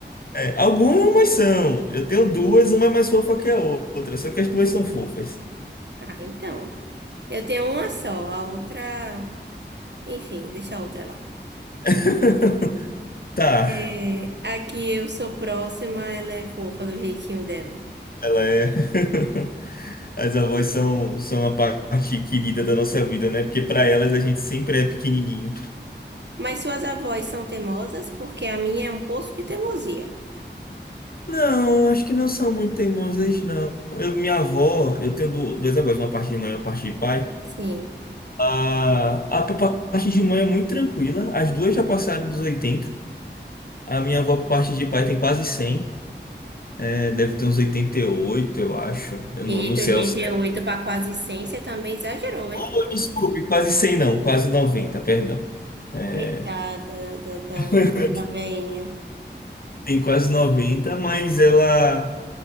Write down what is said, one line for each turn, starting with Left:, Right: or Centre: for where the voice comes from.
Left: É, algumas são. Eu tenho duas, uma é mais fofa que a outra, só que as duas são fofas.
Right: Ah, então. Eu tenho uma só, a outra. Enfim, deixa a outra lá.
Left: <laughs> Tá,
Right: É, aqui eu sou próxima, ela é fofa do jeitinho dela.
Left: ela é. <laughs> As avós são, são a parte querida da nossa vida, né? Porque pra elas a gente sempre é pequenininho.
Right: Mas suas avós são teimosas porque a minha é um poço de teimosia.
Left: Não, acho que não são muito teimosas, não. Eu- minha avó, eu tenho du- duas avós, uma parte de mãe e uma parte de pai.
Right: Sim.
Left: A, a por parte de mãe é muito tranquila. As duas já passaram dos oitenta A minha avó, por parte de pai, tem quase cem É, deve ter uns oitenta e oito eu acho. Eu
Right: E
Left: não, não
Right: de
Left: sei
Right: oitenta
Left: ao certo.
Right: e oito para quase 100, você também exagerou, hein?
Left: Oh, desculpe, quase cem não, quase noventa perdão. É,
Right: Coitada da, da,
Left: <laughs>
Right: da da veinha.
Left: tem quase noventa mas ela,